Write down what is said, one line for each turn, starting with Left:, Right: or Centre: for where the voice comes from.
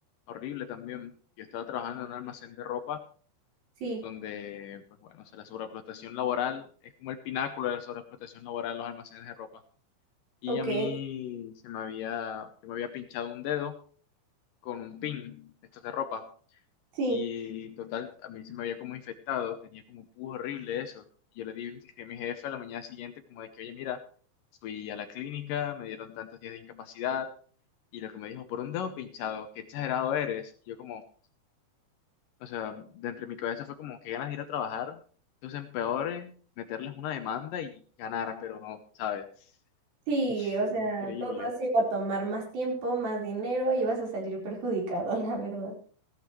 Left: horrible también. Yo estaba trabajando en un almacén de ropa
Right: Sí,
Left: donde, pues bueno, o sea, la sobreexplotación laboral es como el pináculo de la sobreexplotación laboral en los almacenes de ropa. Y
Right: ok,
Left: a mí se me había, se me había pinchado un dedo con un pin, estos de ropa.
Right: sí,
Left: Y total, a mí se me había como infectado, tenía como un pus horrible eso. Y yo le dije a mi jefe a la mañana siguiente como de que, oye, mira, fui a la clínica, me dieron tantos días de incapacidad y lo que me dijo, por un dedo pinchado, qué exagerado eres. Y yo como, o sea, de entre mi cabeza fue como, qué ganas de ir a trabajar. Entonces, empeore meterles una demanda y ganar, pero no, ¿sabes?
Right: sí,
Left: <laughs>
Right: o sea,
Left: Increíble,
Right: todo eso iba a tomar más tiempo, más dinero y vas a salir perjudicado, <laughs> la verdad.